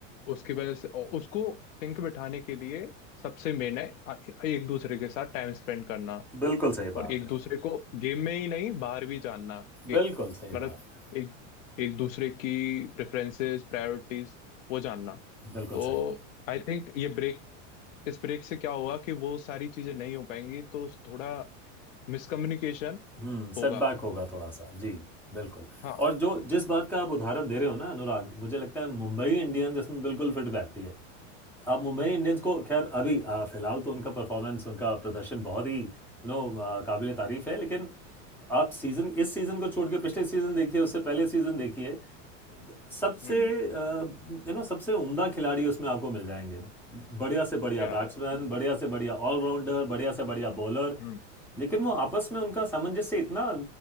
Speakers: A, on the left; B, in the centre.
A: उसकी वजह से और उसको सिंक बिठाने के लिए सबसे मेन है अ- एक दूसरे के साथ टाइम स्पेंड करना
B: बिल्कुल सही
A: और
B: बात
A: एक
B: है
A: दूसरे को गेम में ही नहीं बाहर भी जानना कि
B: बिल्कुल सही
A: मतलब
B: बात है
A: एक एक दूसरे की प्रेफरेंसेस प्रायोरिटीज वो जानना
B: बिल्कुल
A: तो
B: सही
A: आई थिंक ये ब्रेक इस ब्रेक से क्या होगा कि वो सारी चीजें नहीं हो पाएंगी तो थोड़ा मिसकम्युनिकेशन
B: हम्म
A: होगा
B: सेटबैक होगा थोड़ा सा जी बिल्कुल
A: हाँ
B: और जो जिस बात का आप उदाहरण दे रहे हो ना अनुराग मुझे लगता है मुंबई इंडियंस इसमें बिल्कुल फिट बैठती है अब मुंबई इंडियंस को खैर अभी आ, फिलहाल तो उनका परफॉर्मेंस उनका प्रदर्शन बहुत ही यू नो काबिल तारीफ है लेकिन आप सीज़न इस सीज़न को छोड़ के पिछले सीज़न देखिए उससे पहले सीज़न देखिए सबसे
A: हम्म
B: यू नो सबसे उम्दा खिलाड़ी उसमें आपको मिल जाएंगे बढ़िया से बढ़िया
A: या
B: बैट्समैन
A: या बिल्कुल
B: बढ़िया से बढ़िया ऑलराउंडर बढ़िया से बढ़िया बॉलर
A: हम्म
B: लेकिन वो आपस में उनका सामंजस्य इतना